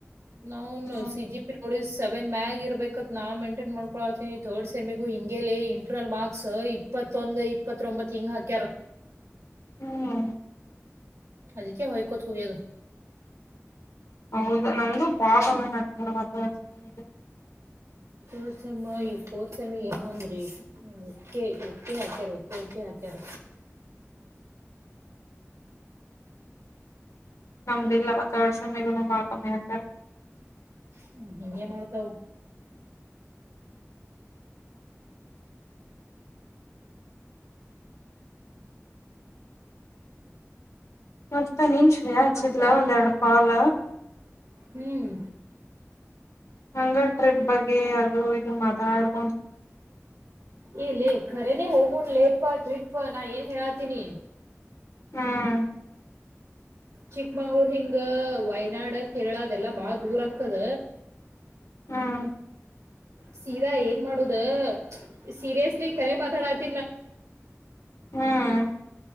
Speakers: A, on the right; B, on the left.
A: ನವುನ್
B: ಹ್ಮ್
A: ಸಿಜಿ ಪಿರೋಡಿ ಸೆವೆನ್ ಮ್ಯಾಗ ಇರ್ಬೇಕತ್ ನಾ ಮೇಂಟೈನ್ ಮಾಡ್ಕೊತೀನಿ ಥರ್ಡ್ ಸೆಮಿಗೂ ಹಿಂಗೇಲಿ ಇಂಟರ್ನಲ್ ಮಾರ್ಕ್ಸ್ ಇಪ್ಪತ್ತೊಂದು ಇಪ್ಪತ್ತೊಂಬತ್ ಹಿಂಗ್ ಹಾಕ್ಯಾರ
B: ಹ್ಮ್
A: ಅದಕ್ಕೆ ಹಯ್ಕೋತ್ ಹೋಗ್ಯದು
B: ಹೌದಾ ನಮ್ದು ಪಾಸ್ ಆದಂಗ ಆಗ್ತದೆ
A: ತೋರ್ಸಮ್ಮ ಈ ಫೋರ್ಥ್ ಸೇಮ್ ಏನು ಅಂದ್ರೆ ಒಕ್ಕೆ ಒಕ್ಕೆ ಹಾಚ್ಯಾರ ಒಪ್ಪಕೆ ಹಾಚ್ಯಾರ
B: ನಮ್ದ ಇಲ್ಲವ ಥರ್ಡ್ ಸೆಮ್ಮಿಗೂ ಬಾಳ ಕಮ್ಮಿ ಇರತ್ತೆ
A: ಹ್ಮ ಹಿಂಗೆ ಮಾಡ್ತಾವ
B: ನಡ್ತ ನಿನ್ ಅಚ
A: ಮತ್ತ
B: ಇಲ್ಲ ಒಂದ ಎವಡ ಪಾಲ
A: ಹ್ಮ್
B: ಹಂಗ ಟ್ರಿಪ್ ಬಗ್ಗೆ ಅದು ಇದು ಮಾತಾಡ್ಕೊ
A: ಇಲ್ಲೇ ರೆ ನೀ ಹವ ಲೇಟ್ ಪಾ ಟ್ರಿಪ್ ನಾ ಏನ್ ಹೇಳಾತೀನಿ.
B: ಹ್ಮ್
A: ಚಿಕ್ಮಂಗ್ಳೂರ್ ಹಿಂಗ ವಯನಾಡ್ ಕೇರಳ ಅದೆಲ್ಲಾ ಬಾಳ ದೂರಕ್ಕದ
B: ಹ್ಮ್
A: ಸೀದಾ ಏನ್ ಮಾಡುದ ಸೀರಿಯಸ್ಲಿ ಕರೆ ಮಾತಾಡತ
B: ಹ್ಮ್